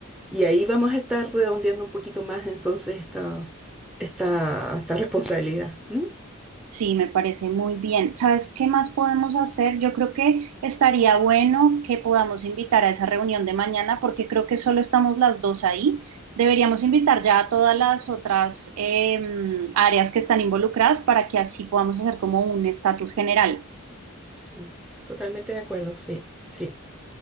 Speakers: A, in the centre; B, on the right.
A: y ahí vamos a estar redondeando un poquito más entonces esta, esta, esta responsabilidad. ¿m?
B: Sí, me parece muy bien. ¿Sabes qué más podemos hacer? Yo creo que estaría bueno que podamos invitar a esa reunión de mañana porque creo que solo estamos las dos ahí. Deberíamos invitar ya a todas las otras em, áreas que están involucradas para que así podamos hacer como un estatus general.
A: Sí, totalmente de acuerdo, sí, sí.